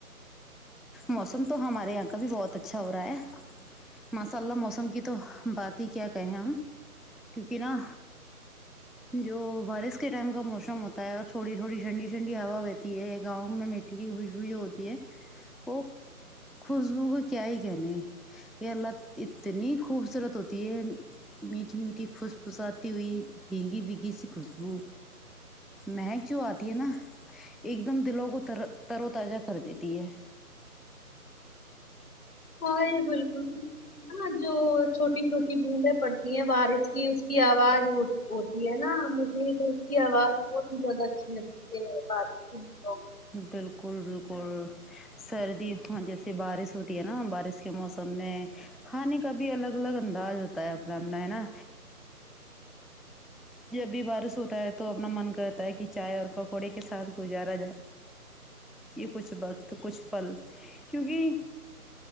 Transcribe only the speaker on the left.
ہاں یہ بالکل ہاں جو چھوٹی چھوٹی بوندیں پڑتی ہیں بارش کی اس کی آواز ہوتی ہوتی ہے نا مجھے تو اس کی آواز بہت ہی زیادہ اچھی لگتی ہے بارش کے دنوں میں